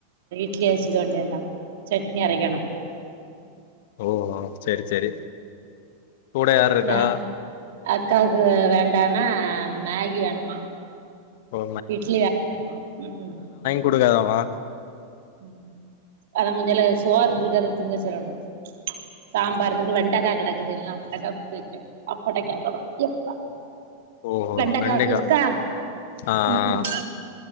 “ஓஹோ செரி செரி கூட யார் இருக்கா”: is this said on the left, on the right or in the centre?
Left